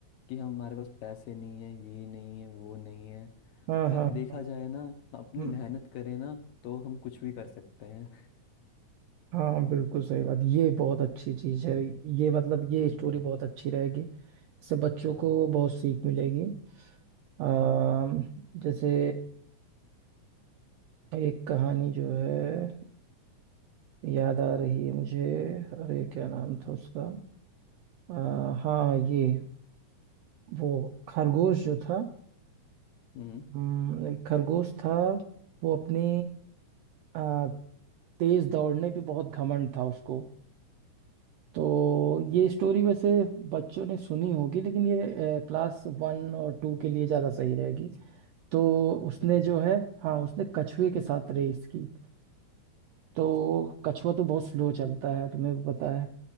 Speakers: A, on the left; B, on the right.
A: कि हमारे पास पैसे नहीं है ये नहीं है वो नहीं है
B: हाँ
A: पर
B: हाँ
A: देखा जाए ना अपनी
B: हाँ,
A: मेहनत करें ना तो हम कुछ भी कर सकते हैं <laughs>
B: हाँ बिल्कुल सही
A: ये
B: बात ये बहुत अच्छी चीज
A: हम्म
B: है ये मतलब ये स्टोरी
A: हम्म,
B: बहुत अच्छी रहेगी इससे बच्चों
A: हाँ
B: को बहुत सीख मिलेगी आ,
A: हाँ
B: जैसे एक कहानी जो है याद आ रही है मुझे अरे क्या नाम था उसका आ, हाँ ये वो खरगोश जो था
A: हम्म
B: हम्म, एक खरगोश था वो अपनी आ, तेज दौड़ने पे बहुत घमंड था उसको तो ये स्टोरी वैसे बच्चों ने सुनी होगी लेकिन ये क्लास वन और टू के लिए ज़्यादा सही रहेगी तो
A: तब
B: उसने
A: फिर तो
B: जो
A: ठीक
B: है
A: है
B: हाँ उसने कछुए के साथ रेस की तो कछुआ तो बहुत स्लो चलता है तुम्हें भी पता है